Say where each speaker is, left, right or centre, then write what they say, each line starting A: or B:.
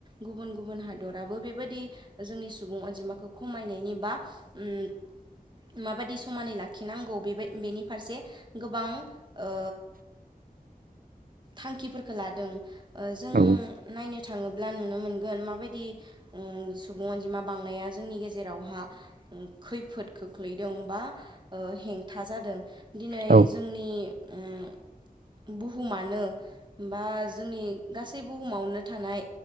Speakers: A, on the right; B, on the right.
A: गुबुन गुबुन हादराबो बेबायदि जोंनि सुबुं अनजिमाखौ खमायनायनि बा उम माबायदि समानै लाखिनांगौ बे बेनि फारसे गोबां ओ
B: <inaudible>
A: थांखिफोरखौ लादों ओ जों
B: औ
A: नायनो। थाङोब्ला नुनो मोनगोन माबायदि सुबुं अनजिमा बांनाया जोंनि गेजेरावहा खैफोद खोख्लैदों बा ओ हेंथा जादों दिनै
B: औ
A: जोंनि
B: <inaudible>
A: उम बुहुमानो बा जोंनि गासै बुहुमावनो थानाय